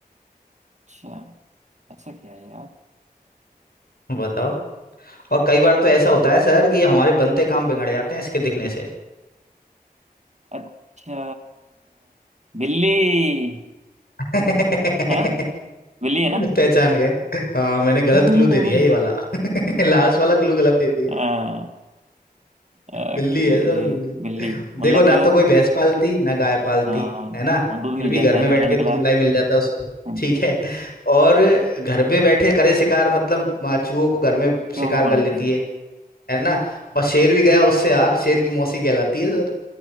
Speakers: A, on the right (about 45°); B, on the left (about 70°).
A: अच्छा ऐसा क्या है यार
B: <laughs> बताओ और कई बार तो ऐसा होता है सर कि हमारे बनते काम बिगड़ जाते हैं इसके दिखने से
A: अच्छा बिल्ली
B: <laughs>
A: है बिल्ली है ना
B: पहचान गए हाँ मैंने गलत
A: <laughs>
B: क्लू दे दिया ये वाला <laughs> लास्ट वाला क्लू गलत दे दिया
A: हाँ। ओके
B: बिल्ली है सर बिल्ली
A: बिल्ली मतलब
B: देखो ना तो कोई भैंस पालती ना गाय पालती
A: हाँ
B: है ना
A: हाँ, दूध
B: फिर
A: मिल
B: भी
A: जाता
B: घर में
A: है निकला
B: बैठ के
A: निकला
B: दूध मलाई
A: है
B: मिल जाता उसको
A: हम्म,
B: ठीक है और घर में बैठे करे शिकार मतलब आ, चूहों को घर में
A: क्यों
B: शिकार
A: को
B: कर
A: मार
B: लेती
A: लेते हैं
B: है है ना और शेर भी गया उससे यार शेर की मौसी कहलाती है सर